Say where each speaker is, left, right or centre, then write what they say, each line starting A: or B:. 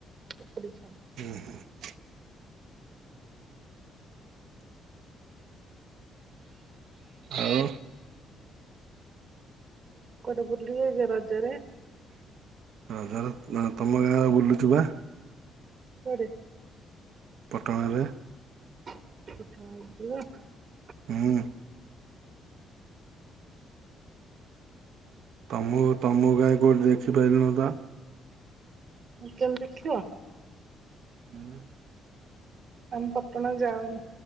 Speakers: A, on the right; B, on the right.
A: ପକୁଡ଼ି ଛଣା।
B: ଉଁ ହୁଁ। ଆଉ?
A: କୋଉଟି ବୁଲିବଯ ରାଜରେ?
B: ରାଜ ରେ ତମ ଗାଁରେ ବୁଲୁଚୁ ପା।
A: କୁଆଡେ?
B: ପଟଣାରେ।
A: <unintelligible>
B: ହୁଁ। ତମ ତମକୁ କାଇଁ କଉଠି ଦେଖିପାଇଲୁନୁତ।
A: କେମିତି ତମେ ଦେଖିବ।
B: ହୁଁ।
A: ଆଉ ମୁଁ ପଟଣା ଯାଉନି।